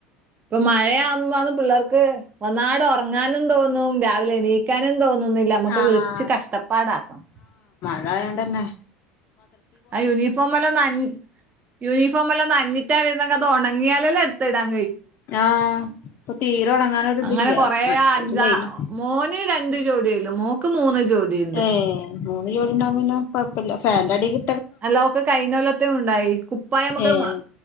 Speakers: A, on the right; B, on the left.
A: ഇപ്പൊ മഴയാവുമന്ന് പിള്ളർക്ക് വന്നാട് ഉറങ്ങാനും തോന്നും, രാവിലെ എണീക്കാനും തോന്നും നമ്മക്ക്
B: ആഹ്
A: വിളിച്ചച്ച് കഷ്ടപ്പാടാക്കും
B: ഇണ്ടായൊണ്ടെന്നേ,
A: ആ യൂണിഫോം എല്ലാം നഞ്ഞി, യൂണിഫോം എല്ലാം നഞ്ഞ്ഞി ര അത് ഉണങ്ങിയാലല്ലാം എട്ത്ത്ടാൻ
B: ആഹ ഇപ്പൊ തീരെ ഉടങ്ങാനൊ
A: അങ്ങനെ
B: ഇതില്യ,
A: കൊറേ
B: മറ്റത്
A: അഞ്ചാ
B: വെയിലും,
A: മോന് രണ്ട് ജോഡിയുള്ളു മോക്ക് മൂന്ന് ജോഡിയുണ്ട്
B: ഏ മൂന്ന് ജോടി ഉണ്ടാൻ പിന്നെ കൊഴപ്പില്ല, ഫാൻന്റെ അടീക്
A: അല്ല ഒക്കെ കൈനോലത്തെയ ഉണ്ടായി, കുപ്പായ നമുക്ക്
B: ഏഹ്